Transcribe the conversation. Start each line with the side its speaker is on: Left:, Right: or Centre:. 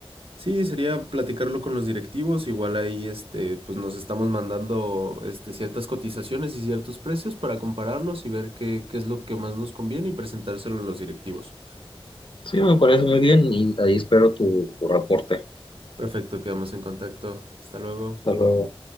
Right: sí, sería platicarlo con los directivos. Igual ahí, este, pues nos estamos mandando este ciertas cotizaciones y ciertos precios para compararlos y ver qué, qué es lo que más nos conviene y presentárselo a los directivos.
Left: Sí, me parece muy bien y ahí espero tu, tu reporte.
Right: Perfecto, quedamos en contacto. Hasta luego.
Left: Hasta luego.